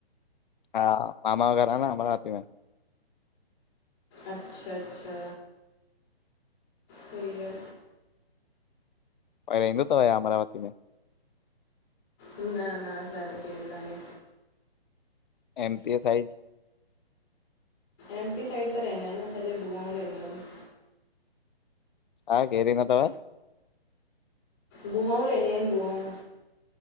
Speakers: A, on the left; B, on the left.
A: हा मामा घर आहे न अमरावती में।
B: अच्छा अच्छा तीह
A: कोई रहंदो अथव या अमरावती में?
B: न न, असांज त केरु कान्हे।
A: M P side?
B: MP side त रहंदा आहिनि, असांजे भुआऊं रहंदियूं आहिनि।
A: तयो केर रहंदो अथव?
B: भुआऊं रहंदी आहिनि भुआऊं।